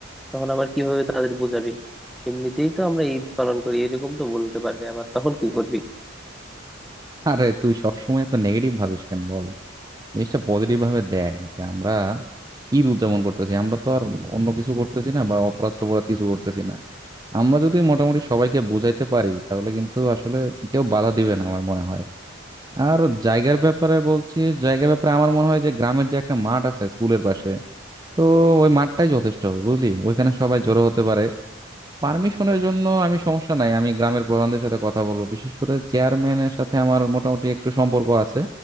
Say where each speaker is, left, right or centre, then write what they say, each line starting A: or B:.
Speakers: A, in the centre; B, on the right.
A: তখন আবার কিভাবে তাদের বোঝাবি এমনিতেই তো আমরা ঈদ পালন করি এরকম তো বলতে পারে আবার তখন কি করবি
B: আরে তুই সবসময় তো নেগেটিভ ভাবিস কেন বল জিনিসটা পজিটিভ ভাবে দেখ যে আমরা ঈদ উদযাপন করতেছি আমরা তো আর অন্য কিছু করতেছি না বা অপরাধ টপরাধ কিছু করতেছি না আমরা যদি মোটামুটি সবাইকে বুঝাইতে পারি তাহলে কিন্তু আসলে কেউ বাধা দিবে না আমার মনে হয় আর জায়গার ব্যাপারে বলছি জায়গার ব্যাপারে আমার মনে হয় যে গ্রামের যে একটা মাঠ আছে স্কুলের পাশে তো ওই মাঠটাই যথেষ্ট হবে বুঝলি ওইখানে সবাই জড়ো হতে পারে পারমিশনের জন্য আমি সমস্যা নাই আমি গ্রামের প্রধানদের সাথে কথা বলবো বিশেষ করে চেয়ারম্যানের সাথে আমার মোটামুটি একটু সম্পর্ক আছে